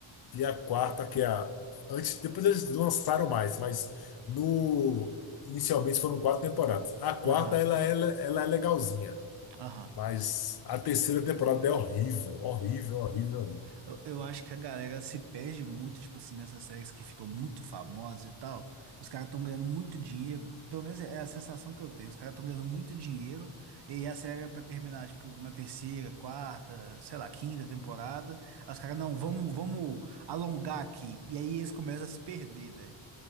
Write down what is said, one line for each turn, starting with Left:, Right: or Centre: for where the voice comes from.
Left: E a quarta, que é a. Antes, depois eles lançaram mais, mas no. Inicialmente foram quatro temporadas. A quarta,
Right: Aham,
Left: ela, ela, ela é legalzinha.
Right: aham.
Left: Mas a terceira temporada é horrível, horrível, horrível, horrível.
Right: Eu, eu acho que a galera se perde muito, tipo assim, nessas séries que ficam muito famosas e tal. Os caras estão ganhando muito dinheiro. Pelo menos é a sensação que eu tenho. Os caras estão ganhando muito dinheiro. E aí a série é pra terminar, tipo, na terceira, quarta, sei lá, quinta temporada. Aí os caras, não, vamos, vamos alongar aqui. E aí eles começam a se perder, velho.